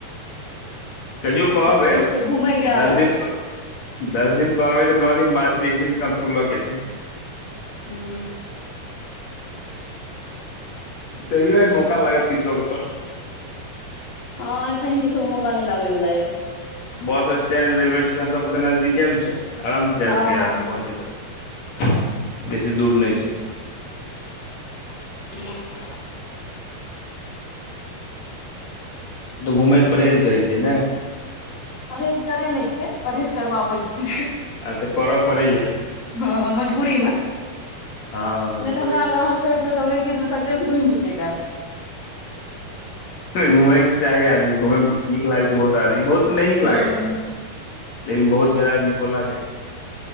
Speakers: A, on the left; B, on the left.
A: कहियौ कहबै
B: कचकी छै घूमय के आदत
A: दस दिन दस दिन कहबै तऽ नऽ दिन बाद त बाद एक दिन कमसँ कम लऽ एथिन।
B: हूँ।
A: कहियौ एहन मौका लागत किछो के त।
B: हँ एखन किछो मौका नै लागै वला यय।
A: बस स्टेंड रेलवे स्टेशन सबकत नजदीके मे छै। आराम से जै
B: हँ
A: सकैया
B: हँ
A: आदमी
B: हँ
A: कोनो दिक्कत बेसी दूर नै छै।
B: हू।
A: तऽ घुमै परहेज करै छियै नै।
B: परहेज करै नै छियै परहेज करबाबै छै।
A: अच्छा करऽ पड़ैया।
B: हँ मजबूरी में नै
A: हँ मजबूरी
B: तऽ हमरा अगर अहाँ छौइड़ दियौ तऽ हम एक दिन में सगरे सऽ घुइम कऽ चैल एब।
A: घूमय के तऽ चाही आदमी घूमय में नीक लागे छै बहुत आदमी बहुत के नै नीक
B: हूँ
A: लागै छै लेकिन बहुत ज्यादा के निको लागै छै।